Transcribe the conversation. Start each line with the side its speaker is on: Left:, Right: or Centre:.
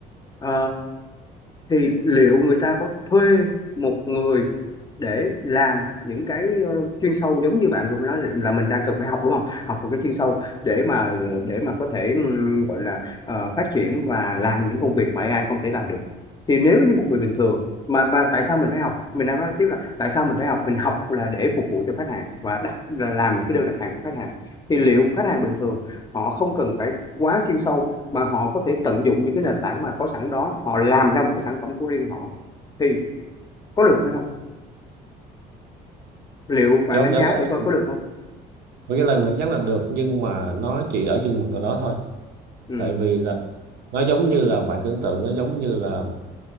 Left: ờ, thì liệu người ta có thuê một người để làm những cái ờ, chuyên sâu giống như bạn vừa mới nói là mình đang cần phải học đúng không học một cái chuyên sâu để mà để mà có thể ừm, gọi là ờ, phát triển và làm những công việc mà AI không thể làm được thì nếu như một người bình thường mà mà tại sao mình phải học mình đang nói tiếp là tại sao mình phải học mình học là để phục vụ cho khách hàng và đặt là làm những cái đơn đặt hàng của khách hàng thì liệu khách hàng bình thường họ không cần phải quá chuyên sâu mà họ có thể tận dụng những cái nền tảng mà có sẵn đó họ làm ra một cái sản phẩm của riêng họ thì có được hay không liệu bạn
Right: Cái câu
Left: đánh
Right: trả
Left: giá
Right: lời
Left: thử coi có được không
Right: với cái lời mình chắc là được nhưng mà nó chỉ ở chừng mực nào đó thôi
Left: ừ
Right: tại vì là nó giống như là bạn tưởng tượng nó giống như là